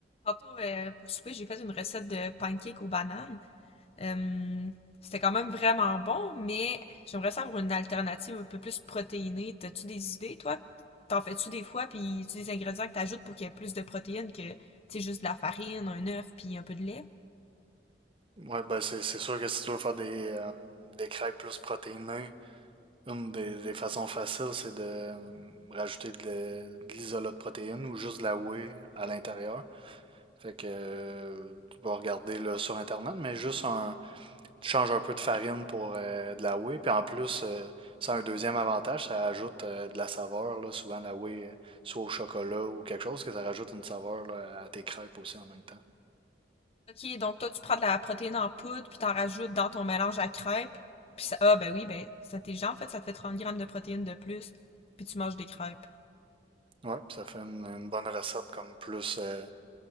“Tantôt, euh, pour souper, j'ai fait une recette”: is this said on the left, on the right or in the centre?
Left